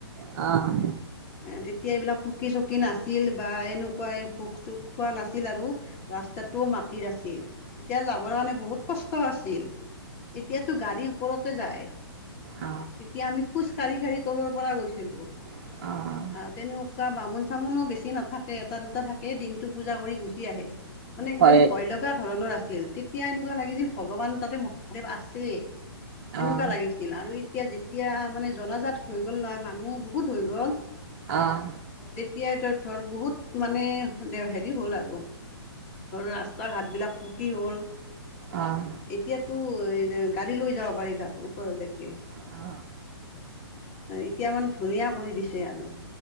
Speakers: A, on the right; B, on the left.
A: অ
B: <inaudible> তেতিয়া এইবিলাক পুকী-চুকী নাছিল বা এনেকুৱা এই পোক-চোক খোৱা নাছিল আৰু ৰাস্তাটোও মাটিৰ আছিল, তেতিয়া যাবৰ কাৰণে বহুত কষ্ট আছিল। এতিয়াতো গাড়ীৰ ওপৰতে যায়।
A: অ'
B: তেতিয়া আমি খোজ কাঢ়ি কাঢ়ি তলৰ পৰা গৈছিলোঁ।
A: অ'
B: আৰু তেনেকুৱা বামুণ চামুণো বেছি নাথাকে এটা দুটা থাকে, দিনটো পূজা কৰি গুচি আহে। মানে একদম
A: হয়
B: ভয় লগা ধৰণৰ আছিল, এতিয়া এনেকুৱা লাগিছিল ভগৱান তাতে মহাদেৱ আছে, তেনকুৱা
A: অ'
B: লাগিছ ছিল আৰু এতিয়া যেতিয়া মানে জনাজাত হৈ গ'ল নহয় মানুহ বহুত হৈ গ'ল,
A: অঁহ।
B: তেতিয়া ত ধৰ বহুত মানে হেৰি হল আৰু। ধৰা ৰাস্তা-ঘাট বিলাক পকী হ'ল।
A: অঁহ।
B: এতিয়াতো গাড়ী লৈ যাব পাৰি তাত ওপৰলৈকে।
A: অ
B: এতিয়া মানে ধুনীয়া কৰি দিছে আৰু।